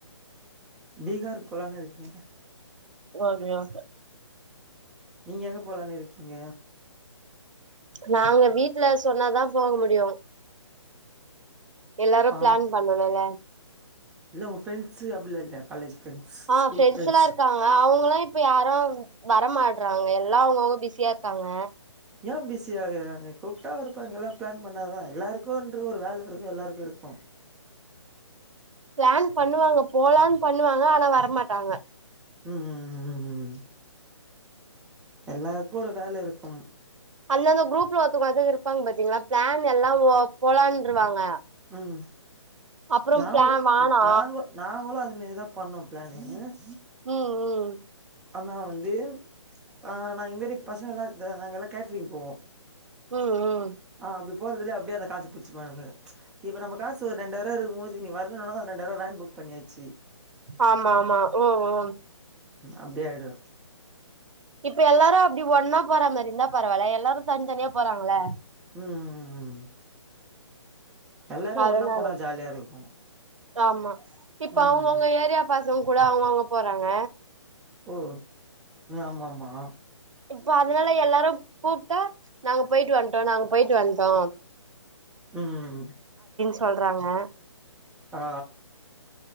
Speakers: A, in the centre; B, on the right.
A: பீகார் போலானு இருக்கே
B: ஓகே ஓகே
A: நீங்க எங்க போலனு இருக்கீங்க
B: நாங்க வீட்ல சொன்னாதா போக முடியு எல்லாரு
A: ஆ
B: பிளான் பண்ணணுல்ல
A: இல்ல உங்க ஃப்ரண்ட்ஸு அப்பில்லா இல்லயா காலேஜ் ஃப்ரெண்ட்ஸ்
B: அ
A: ஸ்கூல்
B: ஃப்ரெண்ஸ்
A: ஃப்ரெண்ட்ஸ்
B: ல்லா இருக்காங்க அவுங்கலா இப்ப யாரு வரமாட்றாங்க எல்லா அவங்கவுங்க பிஸியா இருக்காங்க
A: ஏன் பிஸி ஆகுறாங்க கூப்ட்டா வர போறாங்க எல்லா பிளான் பண்ணா தா எல்லாருக்கு ன்று ஒரு வேல இருக்கு எல்லாருக்கு இருக்கு
B: பிளான் பண்ணுவாங்க போலான் பண்ணுவாங்க ஆனா வரமாட்டாங்க
A: உம் உம் உம் உம் உம் எல்லாருக்கு ஒரு வேல இருக்கும்
B: இன்னந்த குரூப்ல <unintelligible> இருப்பாங்க பாார்த்தீங்களா பிளான் எல்லா போ போலான்ருவாங்க
A: உம்
B: அப்புறோ
A: நாங்களு
B: பிளான் வானா
A: நா நாங்க நாங்களு அது ன்மேரி தா பண்ணோ ப்ளானு உ உஹம்
B: ம் ம்
A: ஆனா வந்து அ நா இன் மேரி பசங்க ல்லா த நாங்க ல்லா கேட்ரிங் போவோ
B: ம் ம்
A: அ அப்டி போறதுல்ல அப்டே அந்த காச புச்சிபாங்க ச்ச இப்ப நம்ம காசு ஒரு ரெண்டாயரூவ இருக்கும் போது நீ வரலானு அந்த ரெண்டாயிரூா வேன் புக் பண்ணியாச்சு
B: ஆமா ஆமா ஓ ஓ
A: அப்டியாயிடு
B: இப்ப எல்லாரு அப்டி ஒன்னா போற மாரி இருந்தா பரவால எல்லாரு தனித்தனியா போறாங்கல
A: ம் ம் ம் ம் எல்லாரு
B: அதனால
A: ஒண்ணா போனா ஜாலியா இருக்கு
B: ஆமா இப்ப
A: ம்
B: அவுங்கவுங்க
A: ம்
B: ஏரியா பசங்க கூட அவுங்கவுங்க போறாங்க
A: ம் ம் ஆமாமா
B: இப்ப அதனால எல்லாரு கூப்ட்டா நாங்க போயிட்டு வன்ட்டோ நாங்க போயிட்டு வன்ட்டோ
A: ம்
B: சொல்றாங்க
A: ஆ